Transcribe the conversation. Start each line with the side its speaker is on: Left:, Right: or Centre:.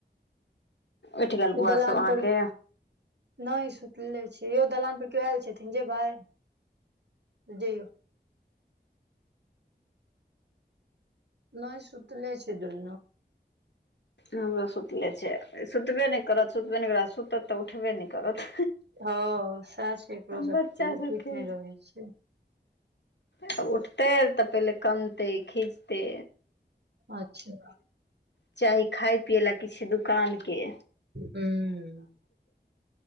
Left: उठि गेल बौआ
Right: दलान
Left: सब अहाँके
Right: पर नै सुतले छै यौ दलान पर केओ ऐल छथिन जे बइ जै। नै सुतले छै दुन
Left: हमरो सुतले छै सुतबे नै करत सुतबे नै करत आ सुतत तऽ उठबे नै करत
Right: हँ सएह छै एकरो सबके
Left: बच्चा
Right: उठैत
Left: सबके
Right: नहि रहै छै
Left: तऽ उठतै तऽ पहिले कनतै खीजतै।
Right: अच्छा
Left: चाही खाय पियए लए किछु दुकान के
Right: हूं